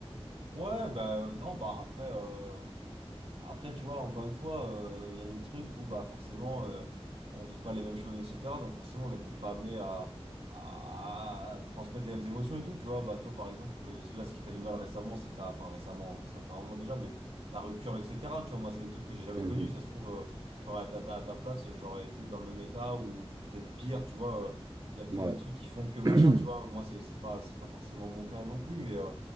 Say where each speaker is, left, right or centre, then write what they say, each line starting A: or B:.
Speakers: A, on the right; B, on the right.
A: Ouais, bah euh, non, bah après. euh, Après, tu vois, encore une fois, euh, il y a des trucs où bah forcément euh, on vit pas les mêmes choses, etc. Donc forcément, on n'est peut-être pas amené à, à transmettre les mêmes émotions et tout, tu vois. Bah toi, par exemple, euh, là, ce qui t'a mis mal récemment, c'est ta, enfin récemment, ça fait un moment déjà, mais ta rupture, etc. Tu vois, moi, c'est des trucs que j'ai jamais
B: Mhm.
A: connus. Ça se trouve, euh, j'aurais à ta, ta- à ta place, j'aurais été dans le même état ou tu- peut-être pire, tu vois. euh, Il y a peut-être
B: Ouais.
A: des trucs qui font que machin,
B: <clears throat>
A: tu vois. Moi, c'est c'est pas, c'est pas forcément mon cas non plus, mais. euh,